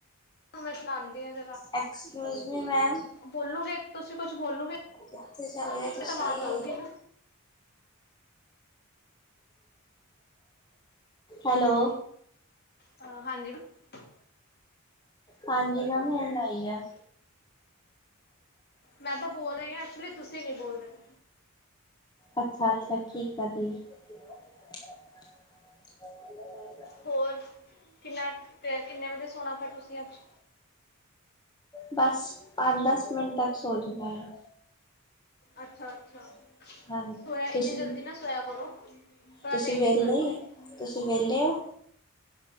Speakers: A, on the left; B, on the left.
A: ਮੈਂ, ਸੁਣਾਉਂਦੀ ਹਾਂ, ਜਰਾ।
B: ਐਕਸਕਿਊਜ ਮੀ ਮੈਮ
A: ਬੋਲੂਗੇ, ਤੁਸੀਂ ਕੁਛ ਬੋਲੋਗੇ।
B: ਕਿੱਥੇ, ਚਲੇ ਓ ਤੁਸੀਂ?
A: ਤਾਂ ਆਵਾਜ਼ ਆਊਗੀ ਨਾ
B: ਹੈਲੋ।
A: ਹਾ, ਹਾਂਜੀ। ਮੇਮ।
B: ਹਾਂਜੀ, ਮੈਮ। ਹੁਣ ਆਈ ਆ।
A: ਮੈਂ, ਤਾਂ ਬੋਲ ਰਹੀ ਆ। ਐਕਚੁਲੀ ਤੁਸੀਂ, ਨਹੀਂ ਬੋਲਦੇ ਪੇ।
B: ਅੱਛਾ-ਅੱਛਾ, ਠੀਕ ਆ ਦੀ। ਇਹ <unintelligible>
A: ਹੋਰ ਕਿੰਨਾ, ਕਿੰਨੇ ਵਜੇ ਸੋਣਾ, ਫੇਰ ਤੁਸੀਂ ਅੱਜ?
B: ਬਸ, ਪੰਜ, ਦਸ ਮਿੰਟ ਤੱਕ ਸੋ ਜਣਾ ਹੈ।
A: ਅੱਛਾ- ਅੱਛਾ,
B: ਹਾਂਜੀ,
A: ਸੋਇਆ ਇੰਨੀ,
B: ਤੁਸੀਂ
A: ਜਲਦੀ ਨਾ ਸੋਇਆ ਕਰੋ। ਥੋੜਾ
B: ਤੁਸੀਂ
A: ਲੇਟ
B: ਵਿਹਲੇ,
A: ਹੀ, ਸੋ ਆ ਕਰੋ।
B: ਤੁਸੀਂ ਵਿਹਲੇ ਹੋ?